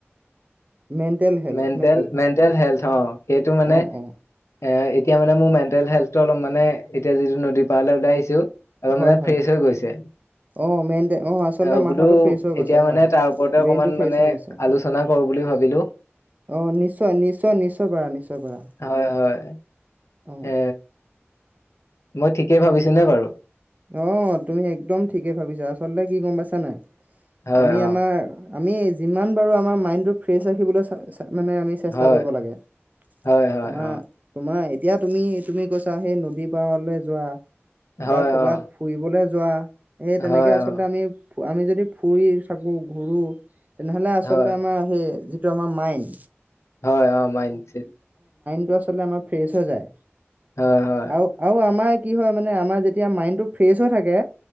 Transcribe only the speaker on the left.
মেন্টেল
Mental health. ছ। সেইটো মানে।
এ এতিয়া মানে মোৰ মেণ্টেল হেল্থটো অলপ মানে এতিয়া যিটো নদী পাৰলে ওলাই আহিছো। অলপ
মানে
ফ্ৰেছ হৈ গৈছে
আৰু
বোলো
এতিয়া
মানে তাৰ ওপৰতে
অকমান
মানে।
আলোচনা কৰো বুলি ভাব। বিলো।
হয় হয়
এ মই ঠিকেই ভাবিছো নে বাৰু?
হয়
অ
হয়
হয় হয়
অ
হয়।
অ,
হয়
অ,
হয়,
হয় অ মাইণ্ডছেট।
হয়, হয়,